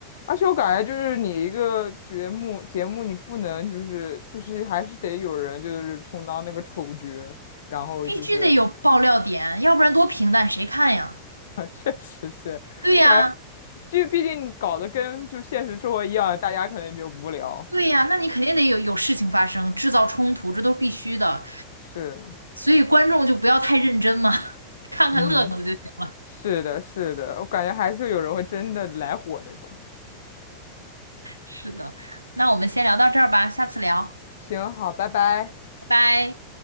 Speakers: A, on the left; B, on the right.
A: 而且我感觉就是你一个节目节目，你不能就是就是还是得有人就是充当那个丑角，然后就是
B: 必须得有爆料点，要不然多平淡谁看呀？
A: <laughs> 确实是我感觉，
B: 对呀，
A: 就毕竟你搞得跟就现实生活一样，大家可能觉得无聊。
B: 对呀，那你肯定得有有事情发生，制造冲突，这都是必须的。
A: 是，
B: 所以观众就不要太认真嘛，<laughs> 看看乐子就行了。
A: 嗯，是的，是的，我感觉还是有人会真的来火那种。
B: 是的，那我们先聊到这儿吧，下次聊，
A: 行，好，拜拜。
B: 拜拜。